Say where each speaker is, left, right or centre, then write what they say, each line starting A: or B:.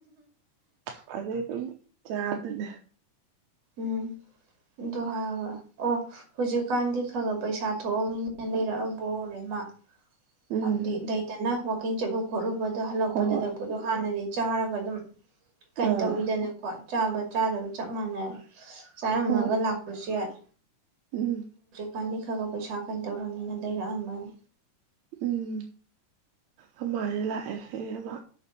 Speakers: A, on the right (about 70°); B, on the right (about 55°).
A: ꯐ ꯎ ꯆꯥ ꯑꯗꯨꯅꯦ
B: ꯎꯝ ꯑꯗꯨ ꯍꯥꯏ ꯑꯣ ꯍꯧꯖꯤꯛꯀꯥꯟꯗꯤ ꯈꯔ ꯈꯔ ꯄꯩꯁꯥ ꯊꯣꯛꯑꯅꯤꯅꯤꯅ ꯂꯩꯔꯛꯑꯕ ꯑꯣꯏꯣꯔꯦ ꯃꯥ
A: ꯎꯝ
B: ꯍꯗꯤ ꯗꯩꯇꯅ ꯍ ꯀ ꯆꯦꯕꯨꯣꯂꯕ ꯑꯗꯣ ꯍꯜꯂꯛꯄꯗꯠꯂꯛꯄꯗꯣ
A: ꯍꯣꯏ ꯍꯣꯏ
B: ꯍꯥꯟꯅꯗꯤ ꯆꯥꯔꯒ ꯑꯗꯨꯝ ꯀꯩꯅ
A: ꯑꯥ
B: ꯇꯧꯕꯤꯗꯅꯀꯣ ꯆꯥꯕ ꯆꯥꯗꯕ ꯆꯞ ꯃꯥꯟꯅꯔꯦ ꯆꯥꯔꯝꯃꯒ
A: ꯍꯣꯏ
B: ꯂꯥꯛꯄꯁꯨ ꯌꯥꯏ
A: ꯎꯝ
B: ꯀꯥꯟꯗꯤ ꯈꯔ ꯈ ꯄꯩꯁꯥ ꯀꯩꯅ ꯇꯧꯔꯕꯅꯤꯅ ꯂꯩꯔꯛꯑꯃꯅꯤ
A: ꯎꯝ ꯑꯗꯨꯃꯥꯏꯅ ꯂꯥꯛꯑꯦꯁꯦꯕ